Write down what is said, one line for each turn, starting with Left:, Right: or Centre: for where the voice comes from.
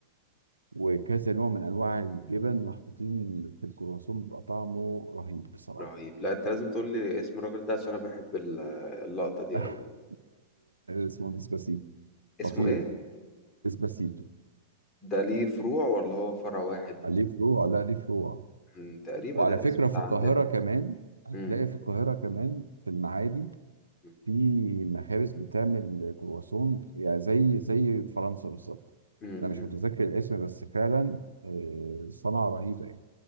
Right: وكذا نوع من انواع الجبن محطوطين في الكرواسون بيبقى طعمه رهيب بصراحه
Left: رهيب لا انت لازم تقول لي اسم الراجل ده عشان انا بحب ال- اللقطة دي
Right: <laughs>
Left: قوي
Right: اسمه ديسباسيتو
Left: اسمه
Right: خطير
Left: ايه
Right: ديسباسيتو
Left: ده ليه فروع ولا هو فرع واحد
Right: عليه فروع لا ليه فروع
Left: مم، تقريبا
Right: وعلى
Left: الاسم
Right: فكره في
Left: ده عندنا
Right: القاهره كمان هتلاقي
Left: مم،
Right: في القاهره كمان في المعادي
Left: مم،
Right: في مخابز بتعمل كرواسون يعني زي زي فرنسا بالظبط
Left: مم،
Right: انا مش
Left: مم.
Right: متذكر الاسم بس فعلا آه، صنعه رهيبه يعني